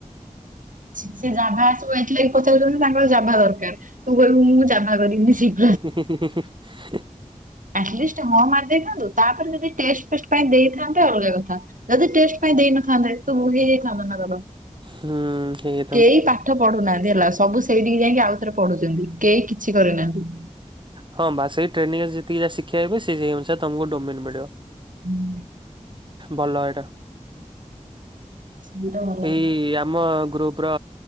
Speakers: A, on the right; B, on the right.
A: ସେ ଜାଭା ଆସିବ ଏଥିଲାଗି ପଚାରୁଚନ୍ତି ତାଙ୍କର ଜାଭା ଦରକାର। ତୁ କହିବୁ ମୁଁ ଜାଭା କରିବିନି ଶିଖି
B: ହ
A: ଅଟଲିଷ୍ଟ ହଁ ମାରି ଦେଇଥାନ୍ତୁ ତାପରେ ଯଦି ଟେଷ୍ଟ ଫେଷ୍ଟ ପାଇଁ ଦେଇଥାନ୍ତ ତ ଅଲଗା କଥା ଯଦି ଟେଷ୍ଟ ପାଇଁ ଦେଇନଥାନ୍ତେ ତ ଭୁଲ ହେଇଥାନ୍ତା ନା ତାର
B: ହୁଁ ହେଇ
A: କେହି ପାଠ ପଢୁନାହାନ୍ତି ହେଲା ସବୁ ସେଇଠିକି ଯାଇଁକି ଆଉ ଥରେ ପଢୁଚନ୍ତି କେହି କିଛି କରିନାହାନ୍ତି।
B: ହଁ ବା ସେଇ ଟ୍ରେନିଂରେ ଯେତିକି ଯାହା ଶିଖେଇବେ ସେଇ ସେ ଅନୁସାରେ ତମକୁ ଡୋମିନ୍ ମିଳିବ।
A: ହୁଁ
B: ଭଲ ଏଇଟା
A: ସେଇଟା ଭଲ
B: ଏଇ
A: କଥା
B: ଆପ୍ ଆମ ଗ୍ରୁପର